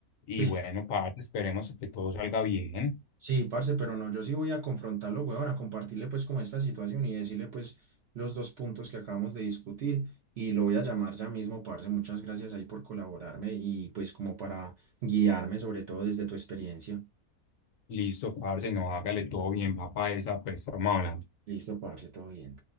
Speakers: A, on the left; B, on the right.
A: Y
B: sí,
A: bueno, parce, esperemos que todo salga bien.
B: Sí, parce, pero no, yo sí voy a confrontarlo, weón, a compartirle pues como esta situación y decirle pues los dos puntos que acabamos de discutir y lo voy a llamar ya mismo, parce, muchas gracias ahí por colaborarme y pues como para guiarme sobre todo desde tu experiencia.
A: Listo, parce, no, hágale todo bien, papá, esa, pues estamos hablando.
B: Listo, parce, todo bien.